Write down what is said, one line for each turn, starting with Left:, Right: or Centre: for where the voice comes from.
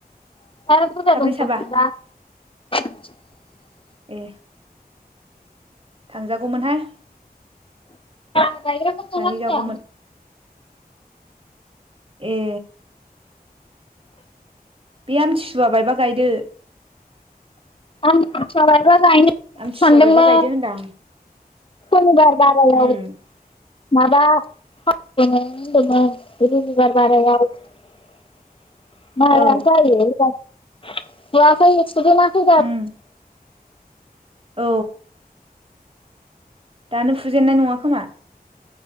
Left: <inaudible>
Right: साब्रै साबा ए। थांजागौमोनहाय।
Left: <inaudible>
Right: गायहैजागौमोन ए। बे आमथिसुवा बायबा गायदो।
Left: <inaudible>
Right: आमथिसुवा बायबा गायदो होनदां
Left: <inaudible>
Right: उम
Left: <inaudible> <inaudible>
Right: औ
Left: <inaudible>
Right: उम औ। दानो फुजेनन्नाय नङा खोमा?